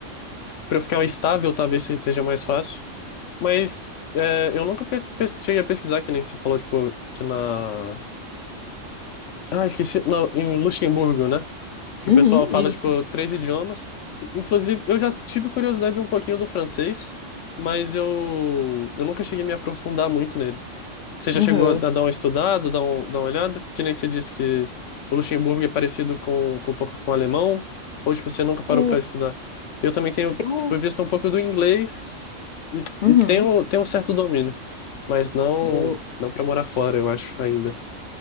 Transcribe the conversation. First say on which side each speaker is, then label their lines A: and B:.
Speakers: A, on the left (about 75°); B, on the left (about 55°).
A: para eu ficar estável, talvez se- seja mais fácil. Mas é, eu nunca pes, pes, cheguei a pesquisar, que nem você falou, tipo, que na Ah, esqueci. Não, em Luxemburgo, né? Que
B: Uhum,
A: o pessoal fala,
B: isso.
A: tipo, três idiomas. Inclusive, eu já tive curiosidade um pouquinho do francês, mas eu, eu nunca cheguei a me aprofundar muito nele. Você já
B: Uhum.
A: chegou a dar uma estudada, dar um, dar uma olhada? Que nem você disse que o Luxemburgo é parecido com, com um pouco com o alemão, ou, tipo, você nunca parou
B: É,
A: para estudar? Eu também tenho,
B: eu,
A: tipo, visto um pouco do inglês e,
B: uhum,
A: e tenho, tenho um certo domínio, mas não,
B: Eu,
A: não para morar fora, eu acho, ainda.